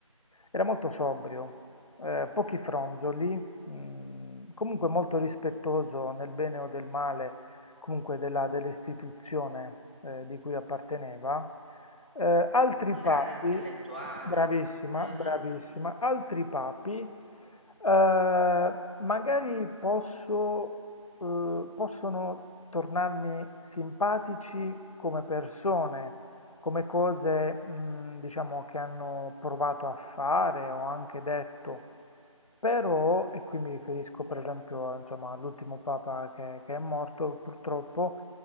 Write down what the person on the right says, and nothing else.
un
grande intellettuale.
Mm-hmm.